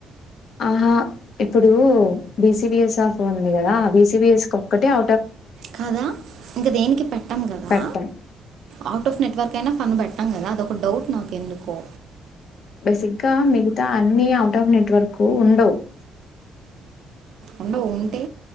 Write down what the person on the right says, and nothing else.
కాదా ఇంకా దేనికి పెట్టాం కదా
అవుట్ ఆఫ్ నెట్వర్క్ నిన్న మనం పెట్టాం కదా అదొక డౌట్ నాకు ఎందుకో
ఉండవు ఉంటే